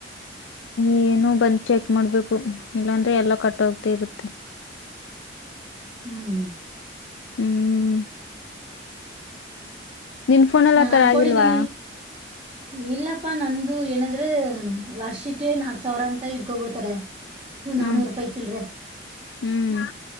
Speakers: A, on the left (about 85°); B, on the right (about 30°).
A: ಏನು ಬಂದ್ ಚೆಕ್ ಮಾಡ್ಬೇಕು ಇಲ್ಲಾಂದ್ರೆ ಎಲ್ಲಾ ಕಟ್ೋಗತ ಇರುತ್ತೆ
B: ಹ್ಮ್
A: ಹ್ಮ್ ನಿನ್ ಫೋನ್ ಎಲ್ಲ
B: ನಾನ್
A: ಆತರ
B: ಅನ್ಕೊಂಡಿದ್ದೀನಿ
A: ಆಗಿಲ್ವಾ
B: ಇಲ್ಲಪ್ಪಾ ನಂದು ಏನಂದ್ರೆ ವರ್ಷಕ್ಕೆ ನಾಕ್ ಸಾವಿರ ಅಂತ ಇಡ್ಕೊಬಿಡ್ತಾರೆ ಹ
A: ಹ್ಮ್
B: ನಾನೂರು ರೂಪಾಯಿ ಇ ಚಿಲ್ರ
A: ಹ್ಮ್